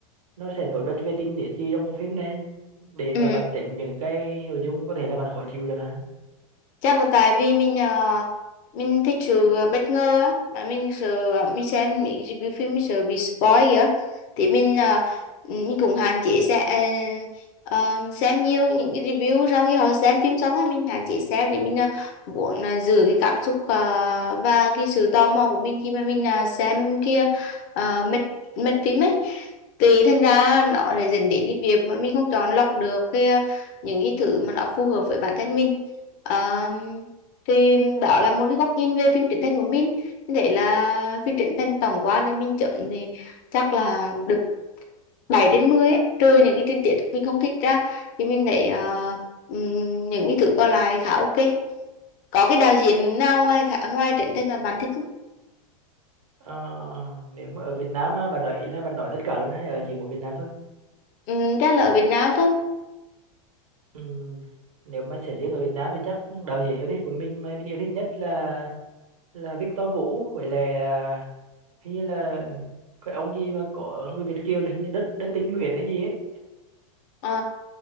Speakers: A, on the right; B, on the left.
A: nó sẽ nổi bật về tình tiết gì trong bộ phim này để mà
B: ừ
A: bạn tránh những cái nội dung có thể là bạn khó chịu chẳng hạn
B: chắc là tại vì mình ờ, mình thích sự bất ngờ á mà mình sợ mình xem mấy review phim mình sợ bị spoil kìa thì mình ờ, mình cũng hạn chế sẽ ờ, ờ, xem nhiều những cái review sau khi họ xem phim xong á mình hạn chế xem để mình ờ, muốn ờ, giữ cái cảm xúc ờ, và cái sự tò mò của mình khi mà mình ờ, xem kia uh, mệt mệt phim ấy thì thành ra nó lại dẫn đến cái việc mà mình không chọn lọc được cái, ờ, những cái thứ mà nó phù hợp với bản thân mình Ờ, thì đó là một cái góc nhìn về phim Trấn Thành của mình mình thấy là phim Trấn Thành tổng quan thì mình chấm thì chắc là được 7 trên 10 ấy. trừ những cái tình tiết mình không thích ra thì mình thấy ờ, ừm, những cái thứ còn lại khá ok có cái đạo diễn nào ngoài khá, ngoài Trấn Thành mà bạn thích không?
A: Ờ, nếu mà ở Việt Nam á, bạn nói ý là bạn nói tất cả luôn hay ở chỉ một Việt Nam thôi
B: Ừm, chắc là ở Việt Nam thôi
A: Ừm, nếu mà sẽ riêng ở Việt Nam thì chắc đạo diễn yêu thích của mình mà mình yêu thích nhất là là Victor Vũ với lại à, hình như là cái ông gì mà có người Việt kiều là hình như đất đất tín Nguyễn hay gì ấy
B: Ờ,